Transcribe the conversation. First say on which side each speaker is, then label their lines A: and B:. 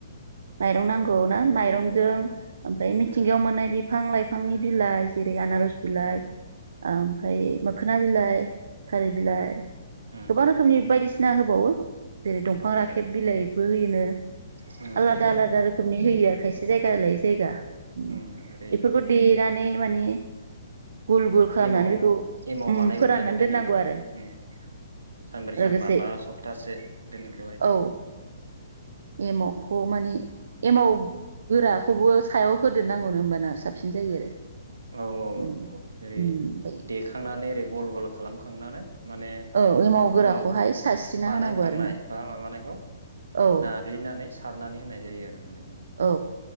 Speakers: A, on the right; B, on the right.
A: माइरं नांगौ
B: औ माइरं
A: ना माइरंजों
B: औ माइरं
A: ओम मिथिंगायाव मोननाय बिफां लाइफांनि बिलाइ जेरै आनारस बिलाइ
B: उम
A: आमफ्राय मोखोना बिलाइ थालि बिलाय
B: उम
A: गोबां रोखोमनि बायदिसि नो होबावो जेरै दंफां
B: औ
A: राखेब
B: औ
A: बिलाइबो होयोनो
B: उम ओमफ्राय
A: आलादा आलादा रोखोमनि होयो आरो खायसे जायगा लायै जायगा ओम
B: उम ओरै
A: बेफोरखौ देनानै माने गुल गुल खालामनानै
B: एमाव
A: बेखौ
B: एमाव बानायग्रोनानै
A: फोराननानै
B: दोनोना
A: दोननांगौ आरो
B: उम सानब्रै
A: लोगोसे
B: सानबा बा सप्तासे दोनग्रोबाय
A: औ
B: उम
A: एमावखौ माने एमाव गोराखौबो सायाव होदेरनांगौनो ओमबाना साबसिन जायो आरो
B: औ औ औ
A: उम
B: नंगौ जेरै
A: ओमफाय
B: देखांनानै ओरै गल गल खालामखांनानै माने
A: औ एमाव गोराखौहाय
B: इमाव
A: सारस्रिना
B: बानायखांनाय
A: होनांगौ आरो ना
B: बा माबानायखौ
A: औ
B: नाग्लिनानै सारनानै होनाय जायो आरो माने औ
A: औ